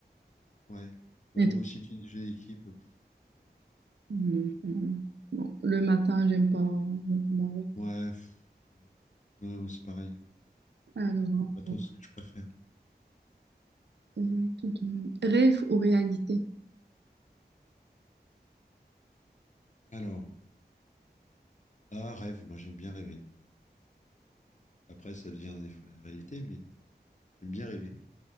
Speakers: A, on the left; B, on the right.
A: Ouais. Ouais,
B: Et
A: moi
B: toi
A: aussi, petit déjeuner d'équipe. euh, pff, voilà.
B: Non, non, non. le matin, j'aime pas, j'aime pas manger.
A: Ouais, pff, ouais. Ouais, moi, c'est pareil.
B: Alors,
A: C'est pas, c'est pas trop ce que je préfère.
B: euh, tout- tout- rêve ou réalité?
A: Alors, ah, rêve, moi j'aime bien rêver. Après, ça devient des fois la réalité, mais j'aime bien rêver.